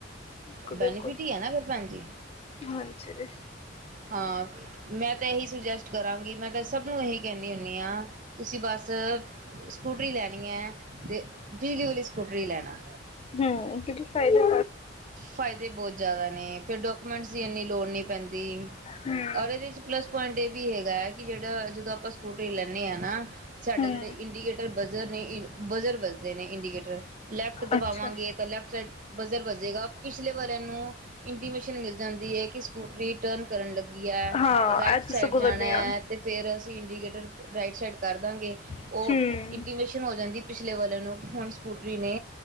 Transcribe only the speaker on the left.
ਬਿਲਕੁਲ
ਬਿਲਕੁਲ
ਹਾਂਜੀ
ਹਮ ਕਿ ਫਾਇਦਾ
ਹੂੰ
ਹੂੰ
ਅੱਛਾ
ਹਾਂ
ਇਹ ਤਾਂ
ਸਗੋਂ
ਵਧੀਆ
ਹੂੰ